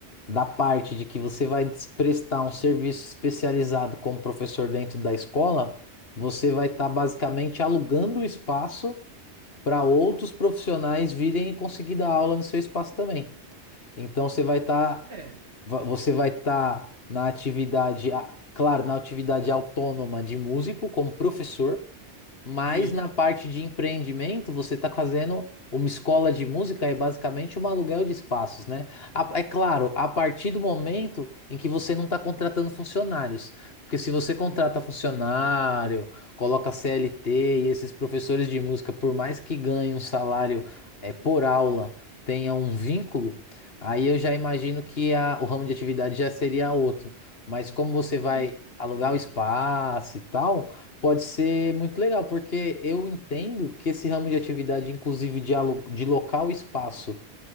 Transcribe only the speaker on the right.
É.
E,
uhum.